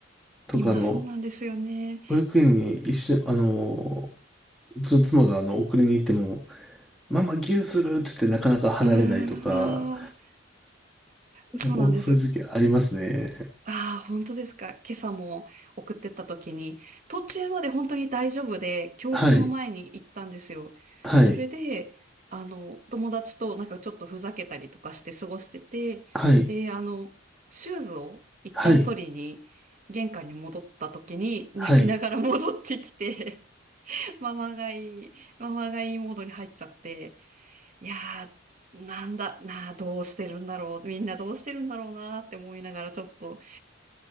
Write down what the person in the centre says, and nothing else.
とか、
あの、保育園に一緒、あの、うちの妻が、あの、送りに行っても、ママギューするって言って、なかなか離れないとか、
もう、そういう時期ありますね。
はい、はい、
はい、
はい、
はい。